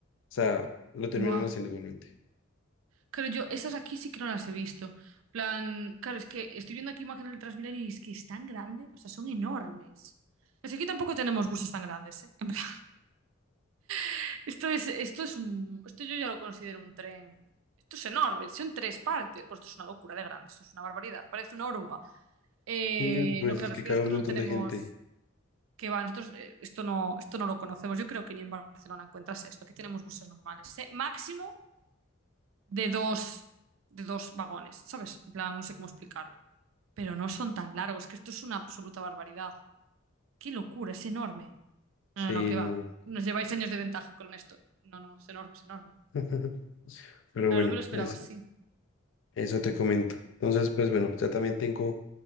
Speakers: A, on the left; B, on the right.
A: sea, lo terminan
B: Buah.
A: haciendo igualmente.
B: Claro, yo esas aquí sí que no las he visto. Plan, claro, es que estoy viendo aquí imágenes del Transmilenio y es que es tan grande, o sea, son enormes. Pero si aquí tampoco tenemos buses tan grandes, ¿eh? En plan, <laughs> esto es, esto es un, esto yo ya lo considero un tren. Esto es enorme, son tres partes. Pues esto es una locura de grande, esto es una barbaridad, parece una oruga. Eh,
A: Y pues
B: no, claro,
A: es que
B: es que
A: cae
B: nosotros
A: un montón
B: no tenemos,
A: de gente,
B: que va, nosotros eh, esto no, esto no lo conocemos. Yo creo que ni en Barcelona encuentras esto. Aquí tenemos buses normales, ¿eh? Máximo. de dos, de dos vagones, ¿sabes? En plan, no sé cómo explicarlo. Pero no son tan largos, que esto es una absoluta barbaridad. ¡Qué locura! Es enorme.
A: sí,
B: No, no, no, que va.
A: no.
B: Nos lleváis años de ventaja con esto. No, no, no, es enorme, es enorme.
A: <laughs> Pero
B: Claro,
A: bueno,
B: no me lo esperaba
A: es,
B: así.
A: Eso te comento. Entonces, pues bueno, ya también tengo